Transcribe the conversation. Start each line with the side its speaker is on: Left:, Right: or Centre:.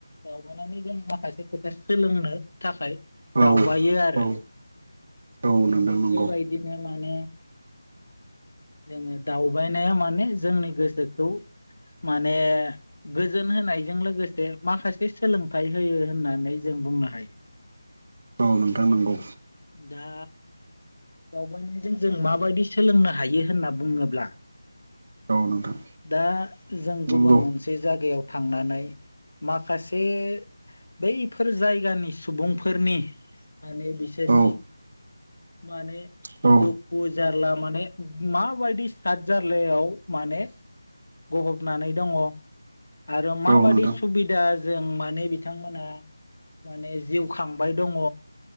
Left: दावबायनानै जों माखासे खोथा सोलोंनो थाखाय
Right: औ
Left: दावबायो आरो।
Right: औ औ
Left: दे
Right: नोंथां
Left: बेेफोरबायदिनो
Right: नंगौ
Left: माने जोङो दावबायनाया माने जोंनि गोसोखौ माने गोजोन होनायजों लोगोसे माखासे सोलोंथाइ होयो होननानै जों बुंनो हायो।
Right: औ नोंथां नंगौ।
Left: दा दावबायनायजों जों माबायदि सोलोंनो हायो होनना बुङोब्ला
Right: औ नोंथां
Left: दा जों गुबुन
Right: नंगौ
Left: मोनसे जायगायाव थांनानै माखासे बैफोर जायगानि सुबुंफोरनि माने बिसोरनि
Right: औ <inaudible>
Left: माने
Right: औ
Left: दुखु जारला माने माबायदि साद जार्लायाव माने गहबनानै दङ आरो माबादि
Right: औ नोंथां
Left: सुबिदाजों माने बिथांमोनहा माने जिउ खांबाय दङ।